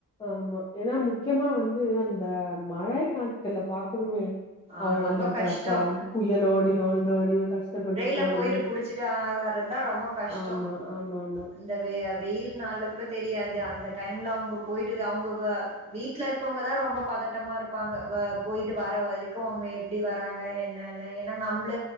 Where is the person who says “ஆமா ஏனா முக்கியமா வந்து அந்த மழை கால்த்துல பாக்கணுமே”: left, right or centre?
Left